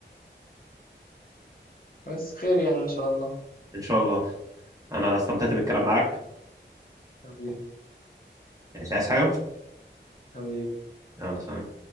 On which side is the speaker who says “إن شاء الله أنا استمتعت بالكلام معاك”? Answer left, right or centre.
Right